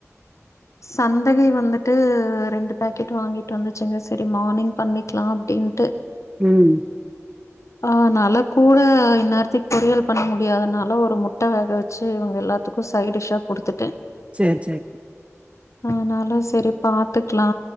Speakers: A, on the left (about 70°); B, on the right (about 25°).
A: சந்தகை வந்துட்டு ரெண்டு பேக்கெட் வாங்கிட்டு வந்துச்சுங்க செரி மார்னிங் பண்ணிக்கலா அப்டின்ட்டு
B: ம்
A: ஆ நாலா கூட இ்ந் நேர்த்திக் பொரியல் பண்ண முடியாதனால ஒரு முட்ட வேக வெச்சு இவுங்க எல்லாத்துக்கு சைடிஸ்ஸா குடுத்துட்டே
B: சேரி சேரி
A: அதனால சேரி பாத்துக்லா